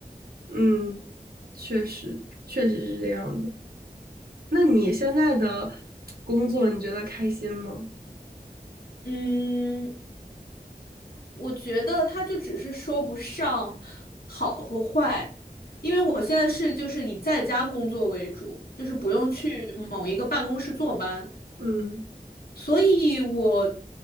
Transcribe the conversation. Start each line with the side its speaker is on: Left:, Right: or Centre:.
Right: 嗯，确实确实是这样的。那你现在的工作，你觉得开心吗？
Left: 嗯，我觉得他就只是说不上好和坏，因为我现在是就是以在家工作为主，就是不用去某一个办公室坐班，
Right: 嗯
Left: 所以我